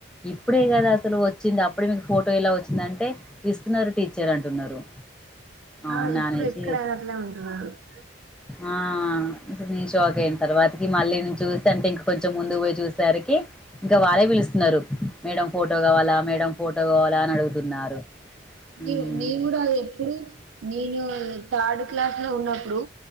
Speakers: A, in the centre; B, on the right.
A: ఇప్పుడే కదా అసలు వచ్చింది అప్పుడే మీకు ఫోటో ఎలా వచ్చిందంటే తీస్తున్నారు టీచర్ అంటున్నారు అవునా
B: ఆ ఇప్పుడు
A: అనేసి
B: ఎక్కడ ఆడనే ఉంటున్నారు <unintelligible>
A: ఆ నీ షాకు అయిన తర్వాతకి మళ్ళీ నేను చూస్త అంటే ఇంక కొంచెం ముందు పోయి చూసేసరికి ఇంకా వారే పిలుస్తున్నారు మేడం ఫోటో కావాలా మేడం ఫోటో కావాలా అని అడుగుతున్నారు ఉమ్
B: నివ్ నీవు కూడా అది ఎప్పుడు నేను థర్డ్ క్లాస్ లో ఉన్నప్పుడు